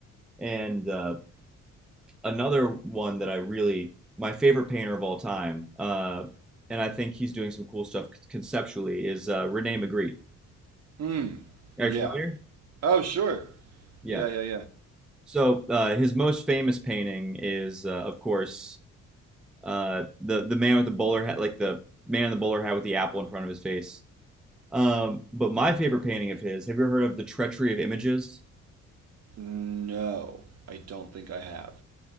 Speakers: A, in the centre; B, on the right.
A: and uh, another one that I really my favorite painter of all time, uh, and I think he's doing some cool stuff conceptually is uh, Rene Magritte.
B: Mm.
A: Are
B: Yeah.
A: you familiar?
B: Oh, sure.
A: Yeah.
B: Yeah, yeah, yeah.
A: So uh, his most famous painting is, uh, of course, uh, the the man with the bowler hat, like the man in the bowler hat with the apple in front of his face. Um, but my favorite painting of his, have you ever heard of the Treachery of Images?
B: No, I don't think I have.